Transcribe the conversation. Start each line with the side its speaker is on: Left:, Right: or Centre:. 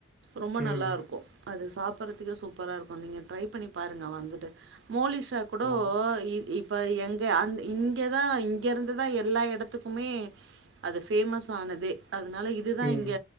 Right: ரொம்ப
Centre: ம்
Right: நல்லா இருக்கு அது சாப்பிடறதுக்கே சூப்பரா இருக்கு நீங்க ட்ரை பண்ணி பாருங்க வந்துட்டு மோலிஷ் ஆ கூடோ
Centre: ஓ
Right: இ இப் ப எங்க அ இங்கதா இங்க இருந்துதா எல்லா எடத் துக்குமே அது ஃபேமஸ் ஆனதே அதனால இதுதா
Centre: ம்
Right: இங்க